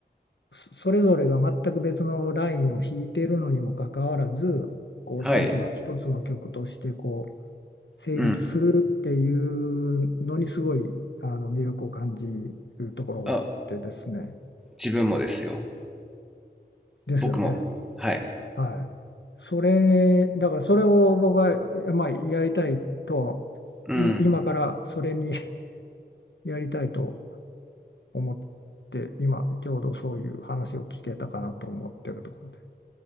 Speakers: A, on the left; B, in the centre.
A: そそれぞれが全く別のラインを弾いているのにもかかわらずこう一つの一つの曲としてこう
B: はい
A: 成立するっていうのにすごいあの魅力を感じ
B: うん
A: るところがあってですね
B: あ自分もですよ
A: ですよね
B: 僕もはい
A: はいそれだからそれを僕は、まあ、やりたいと
B: うん
A: い今からそれに <laughs> やりたいと思って今ちょうどそういう話を聞けたかなと思ってるところで